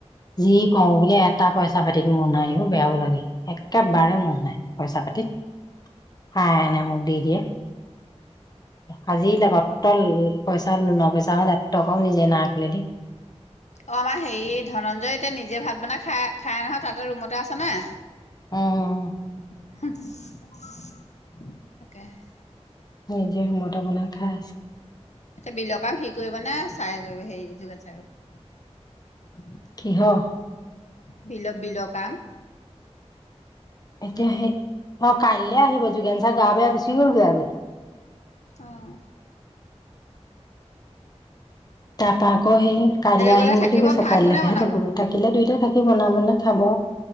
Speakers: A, on the left (about 35°); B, on the left (about 80°).
A: যি কওঁ বুলে এটা পইচা পাতিত মোহ নাইও বেয়াও লাগে একেবাৰে মোহ নাই পইচা পাতিত <unintelligible> য়েহ <unintelligible> আজিলাগাত তল পইচা ন পইচা নহ এক টকাও নিজে নাৰাখিলে দেই
B: অ আমাৰ হেৰি ধনঞ্জয় এতিয়া নিজে ভাত বনাই খাই খাই নহয় তহঁতৰ ৰুমতে আছে। কোনে
A: উম
B: <inaudible> তাকেঁ।
A: নিজে মটা বনাই খাই আছে
B: এতিয়া বিলৰ কাম হি কৰিব নে চাই কৰিব হেৰি যোগেন ছাৰক
A: কিহৰ
B: বিলপ বিলকাম
A: এতিয়া সেই অ কাইলে আহিব যোগেন ছাৰ গা বেয়া গোচি গ'লগৈ আজি
B: অহ।
A: তাৰপা আকৌ সেই কাইলৈ আহিম
B: গ'লে থাকিব
A: বুলি কৈছে।
B: ভাত
A: কাইলৈখাইে
B: কোনে বনাব
A: থাকিব থাকিলে দুইটাত। থাকি বন মানে খাব।